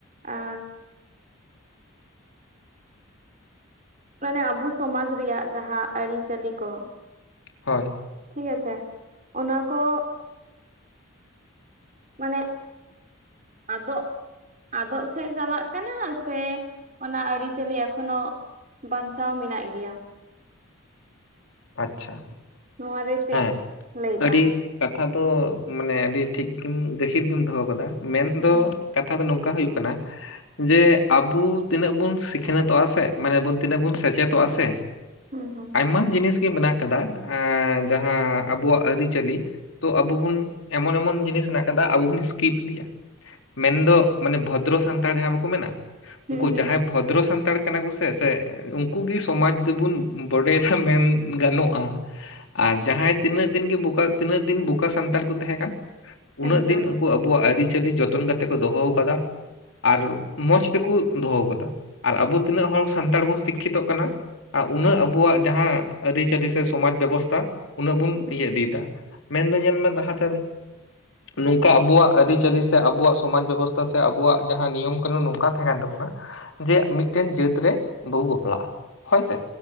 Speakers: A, on the right; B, on the left.
A: ᱟᱻ ᱢᱟᱱᱮ ᱟᱵᱚ ᱥᱚᱢᱟᱡᱽ ᱨᱮᱭᱟᱜ ᱡᱟᱦᱟᱸ ᱟᱹᱨᱤ ᱪᱟᱹᱞᱤ ᱠᱚ
B: ᱦᱳᱭ
A: ᱜᱮ ᱥᱮ ᱚᱱᱟ ᱠᱚ ᱢᱚᱱᱮ ᱟᱫᱚᱜ ᱟᱫᱚᱜ ᱥᱮᱫ ᱪᱟᱞᱟᱜ ᱠᱟᱱᱟ ᱥᱮ ᱚᱱᱟ ᱟᱹᱨᱤ ᱪᱟᱹᱞᱤ ᱮᱠᱷᱚᱱᱳ ᱵᱟᱧᱪᱟᱣ ᱢᱮᱱᱟᱜ ᱜᱮᱭᱟ?
B: ᱟᱪᱪᱷᱟ
A: ᱱᱚᱣᱟ ᱨᱮ ᱪᱮᱫ
B: ᱦᱮᱸ
A: ᱞᱟᱹᱭ
B: ᱟᱹᱰᱤ
A: ᱛᱟᱢ
B: ᱠᱟᱛ ᱠᱟᱛᱷᱟ ᱫᱚ ᱢᱟᱱᱮ ᱟᱹᱰᱤ ᱴᱷᱤᱠ ᱜᱤᱢ ᱜᱟᱹᱠᱷᱤᱨ ᱜᱤᱢ ᱫᱚᱦᱚ ᱠᱟᱫᱟ ᱢᱮᱱ
A: ᱦᱩᱸ
B: ᱫᱚ
A: ᱦᱩᱸ
B: ᱠᱟᱛᱷᱟ ᱫᱚ ᱱᱚᱝ ᱠᱟ ᱦᱩᱭᱩᱜ ᱠᱟᱱᱟ ᱡᱮ ᱟᱵᱩ ᱛᱤᱱᱟᱹᱜ ᱵᱚᱩ ᱥᱤᱠᱷᱱᱟᱹᱛᱚᱜᱼᱟ ᱥᱮ ᱢᱟᱱᱮ ᱵᱚᱱ ᱛᱤᱱᱟᱹᱜ ᱵᱩᱱ ᱥᱮᱪᱮᱫᱚᱜᱼᱟ ᱟᱥᱮ
A: ᱦᱩᱸ ᱦᱩᱸ
B: ᱟᱭᱢᱟ ᱡᱤᱱᱤᱥ ᱛᱤᱢ ᱢᱮᱱᱟᱜ ᱠᱟᱫᱟ ᱟᱸ ᱡᱟᱦᱟᱸ ᱟᱵᱩᱣᱟᱜ ᱟᱹᱨᱤ ᱪᱟᱹᱞᱤ ᱛᱚ ᱟᱵᱩ ᱵᱩᱱ ᱮᱢᱚᱱ ᱮᱢᱚᱱ ᱡᱤᱱᱤᱥ ᱥᱮᱱᱟᱜ ᱠᱟᱫᱟ ᱟᱵᱚ ᱵᱚᱱ ᱥᱠᱤᱯ ᱤᱫᱤᱭᱟ ᱢᱮᱱᱫᱚ ᱢᱟᱱᱮ ᱵᱷᱚᱫᱽᱨᱚ ᱥᱟᱱᱛᱟᱲ ᱡᱟᱦᱟᱸ ᱵᱟᱠᱩ ᱢᱮᱱᱟ
A: ᱦᱩᱸ
B: ᱩᱱᱠᱩ
A: ᱦᱩᱸ
B: ᱡᱟᱦᱟᱭ ᱵᱷᱚᱫᱽᱨᱚ ᱥᱟᱱᱛᱟᱲ ᱠᱟᱱᱟ ᱠᱩ ᱥᱮ ᱥᱮ ᱩᱱᱠᱩ ᱜᱤ ᱥᱚᱢᱟᱡᱽ ᱫᱚ ᱵᱩᱱ ᱵᱚᱰᱮᱭᱫᱟ ᱢᱮᱱ ᱜᱟᱱᱚᱜᱼᱟ ᱟᱨ ᱡᱟᱦᱟᱸᱭ ᱛᱤᱱᱟᱹᱜ ᱫᱤᱱ ᱜᱤ ᱵᱚᱠᱟ ᱛᱤᱱᱟᱹᱜ ᱫᱤᱱ ᱵᱚᱠᱟ ᱥᱟᱱᱛᱟᱲ ᱠᱚ ᱛᱟᱦᱮᱸ ᱠᱟᱱ ᱩᱱᱟᱹᱜ
A: ᱮᱠᱫᱚᱢ
B: ᱫᱤᱱ ᱩᱱᱠᱩ ᱟᱵᱚᱣᱟᱜ ᱟᱹᱨᱤ ᱪᱟᱹᱞᱤ ᱡᱚᱛᱚᱱ ᱠᱟᱛᱮᱜ ᱠᱚ ᱫᱚᱦᱚ ᱠᱟᱫᱟ ᱟᱨ ᱢᱚᱸᱡᱽ ᱛᱮᱠᱩ ᱫᱚᱦᱚ ᱠᱟᱫᱟ ᱟᱨ ᱟᱵᱚ ᱛᱤᱱᱟᱹᱜ ᱦᱚᱲ ᱥᱟᱱᱛᱟᱲ ᱵᱚᱱ ᱥᱤᱠᱠᱷᱤᱛᱚᱜ ᱠᱟᱱᱟ ᱩᱱᱟᱹᱜ ᱟᱵᱚᱣᱟᱜ ᱡᱟᱦᱟᱸ ᱟᱹᱨᱤ ᱪᱟᱹᱞᱤ ᱥᱮ ᱥᱚᱢᱟᱡ ᱵᱮᱵᱚᱥᱛᱷᱟ ᱩᱱᱟᱹᱜ ᱵᱚᱱ
A: ᱦᱩᱸ
B: ᱤᱭᱟᱹ ᱤᱫᱤᱫᱟ᱾ ᱢᱮᱱᱫᱚ ᱧᱮᱞ ᱢᱮ ᱞᱟᱦᱟᱛᱮᱢ ᱱᱚᱝᱠᱟ ᱟᱵᱚᱣᱟᱜ ᱟᱹᱨᱤᱪᱟᱹᱞᱤ ᱥᱮ ᱟᱵᱚᱣᱟᱜ ᱥᱚᱢᱟᱡ ᱵᱮᱵᱳᱥᱛᱷᱟ ᱥᱮ ᱟᱵᱳᱭᱟᱜ ᱡᱟᱦᱟᱸ ᱱᱤᱭᱚᱢ ᱠᱟᱹᱱᱩᱱ ᱱᱚᱝᱠᱟ ᱛᱟᱦᱮᱸ ᱠᱟᱱ ᱛᱟᱵᱚᱱᱟ ᱡᱮ ᱢᱤᱫᱴᱮᱱ ᱡᱟᱹᱛ ᱨᱮ ᱵᱟᱹᱵᱩ ᱵᱟᱯᱞᱟᱜᱼᱟ ᱦᱳᱭᱥᱮ